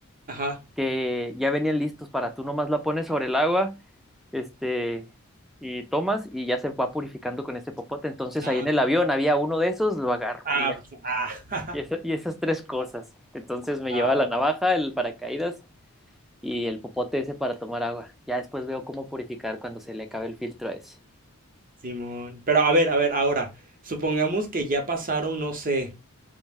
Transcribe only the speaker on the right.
Ajá.
Ah,
ah,
pues, ah, <laughs>
ah,
Simón. Pero a ver, a ver, ahora, supongamos que ya pasaron, no sé.